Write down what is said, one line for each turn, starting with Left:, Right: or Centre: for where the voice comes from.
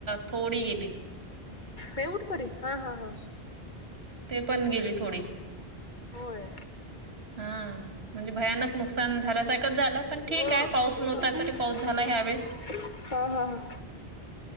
Right: थोडी गेली.
Left: हे उठ परी हा हा हा
Right: ते पण गेली थोडी
Left: होय
Right: हा म्हणजे भयानक नुकसान झाल्यासारखच झालं पण ठीक
Left: हा
Right: आहे, पाऊस नव्हता तरी पाऊस झाला.
Left: हा
Right: ह्यावेेळेस
Left: हा ह